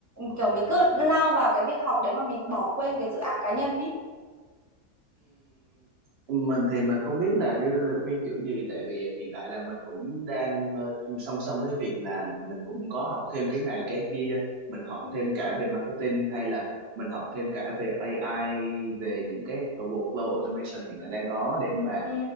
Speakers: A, on the right; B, on the right.
A: kiểu mình cứ lao vào cái việc học đấy mà mình bỏ quên cái dự án cá nhân ấy
B: Ừm, mình thì mình không biết là đưa lời khuyên kiểu gì tại vì hiện tại là mình cũng đang ờ, song song với việc làm thì mình cũng có học thêm cái này cái kia mình học
A: ừ.
B: thêm cả về marketing hay là mình học thêm cả về AI về những cái workflow automation hiện tại đang có để mà
A: ừ